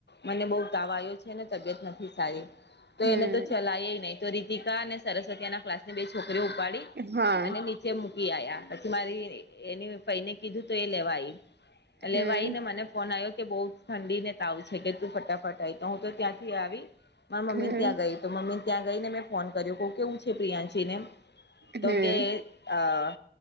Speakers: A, on the left; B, on the right.
A: મને બઉ તાવ આવ્યો છેને તબિયત નથી સારી તો
B: હમ
A: એને તો ચલાય નહી તો રીતિકા અને સરસ્વતી એના ક્લાસની બે છોકરીઓ ઉપાડી
B: હા
A: અને નીચે મૂકી આયા પછી મારી એની ફઈને કીધું તો એ લેવા આઈ
B: હમ
A: લેવા આવી ને મને ફોન આવ્યો કે બઉ ઠંડી ને તાવું છે કે તું ફટાફટ આવી તો હું તો ત્યાંથી આવી મારા મમ્મી
B: હમ
A: ને ત્યાં ગઈ તો મમ્મી ત્યાં ગઈને મેં ફોન કર્યો કહું કેવું છે પ્રિયાંશીને તો
B: હમ
A: કે આ